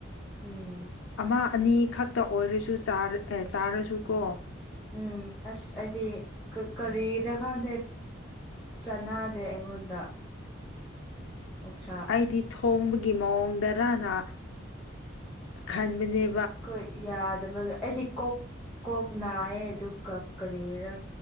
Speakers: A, in the centre; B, on the left.
A: ꯎꯝ
B: ꯑꯃ ꯑꯅꯤ ꯈꯛꯇ ꯑꯣꯏꯔꯁꯨ ꯆꯥꯔꯁꯨ ꯀꯣ
A: ꯎꯝ ꯑꯁ ꯑꯩꯗꯤ ꯀꯔꯤꯔ ꯈꯪꯗꯦ ꯆꯅꯥ ꯗꯦ ꯑꯩꯉꯣꯟꯗ ꯑꯣꯛꯁꯥ
B: ꯑꯩꯗꯤ ꯊꯣꯡꯕꯒꯤ ꯃꯑꯣꯡꯗꯔꯅ ꯈꯟꯕꯅꯦ
A: ꯀꯣꯏ ꯌꯥꯗꯕꯒ ꯑꯩꯗꯤ ꯀꯣꯛ ꯀꯣꯛ ꯅꯥꯏꯌꯦ ꯑꯗꯨꯒ ꯀꯔꯤꯔ